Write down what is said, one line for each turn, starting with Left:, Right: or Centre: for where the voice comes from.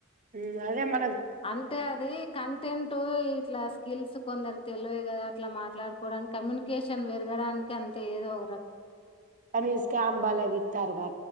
Right: ఉ అదే మ
Left: అంతే అది కంటెంట్ ఇట్లా స్కిల్స్ కొందరు తెలియద్ కదా అట్లా మాట్లాడుకోవడానికి కమ్యూనికేషన్ పెరగడానికి అంతే ఏదో ఒ
Right: అని స్కాం బలగి ఇత్తరు కదా